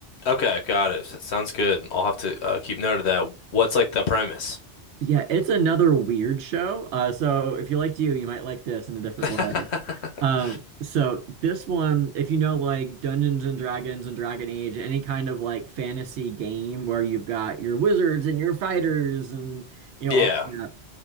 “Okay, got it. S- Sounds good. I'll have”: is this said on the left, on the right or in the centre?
Left